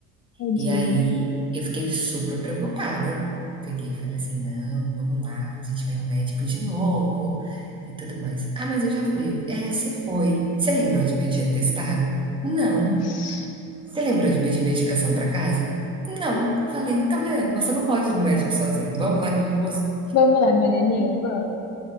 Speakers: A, on the left; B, on the right.
A: Tadinho.
B: E aí eu fiquei super preocupada. Peguei e falei assim: não, vamos lá, a gente vai no médico de novo e tudo mais. Ah, mas eu já fui. Eu, é, você foi. Você lembrou de pedir atestado? Não.
A: Ixi.
B: Você lembrou de pedir medicação para casa? Não. Falei, tá vendo? Você não pode ir no médico sozinho. Vamos lá que eu vou com você.
A: Vamos lá, meu nenê, vamos.